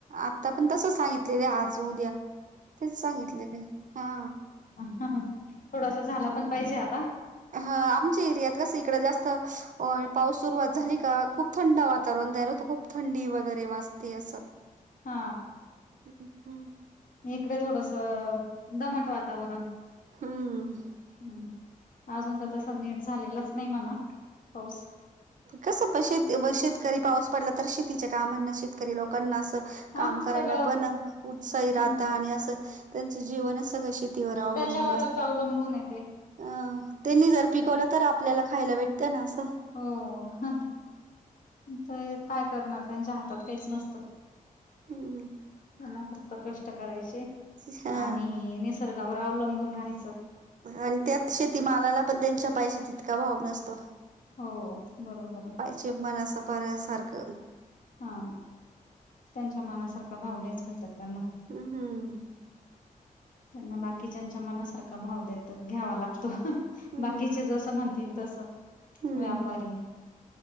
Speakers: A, on the right; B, on the left.
A: आता पण तस सांगितलेले आहे आज उद्या तेच सांगितलेले हा.
B: ह ह थोडासा झाला पण पाहिजे आता.
A: ह आमच्या एरियात कसं इकडं जास्त पाऊस सुरुवात झाली का खूप थंड वातावरण तयार होतं खूप थंडी वगैरे वाजते असं
B: हा
A: हम्म
B: इकडे थोडस दमट वाता वातावरण
A: हम्म
B: हम्. अजून तर तस नीट झालेलाच नाही म्हणा पाऊस.
A: कस श शेतकरी पाऊस पडला तर शेतीच्या कामांना शेत लोकांना असं काम
B: हा सगळं
A: करायला पण उत्साही राहत
B: हम्म
A: आणि असं त्यांचं जीवनच सगळं शेतीवर अवलंबून
B: त्याच्यावरच
A: असतं.
B: अवलंबून येते.
A: अं त्यांनी जर पिकवलं तर आपल्याला खायला भेटतं ना असं
B: हो काय करणार त्यांच्या हातात काहीच नसतं.
A: हम्म
B: त्यांना फक्त कष्ट करायचे
A: हा
B: आणि निसर्गावर अवलंबून राहायचं.
A: आणि त्यात शेतीमालाला पण त्यांच्या पाहिजे तितका भाव नसतो.
B: हो बरोबर आहे.
A: जिमान असं पार सारखं‌.
B: हा त्यांच्या मनासारखा भाव नाहीच भेटत त्यांना.
A: हम्म.
B: त्यांना बाकीच्यांच्या मनासारखा भाव देत घ्यावा लागतो.
A: हम्म
B: बाकीचे जस म्हण- -तील तस व्यापारी.
A: हम्म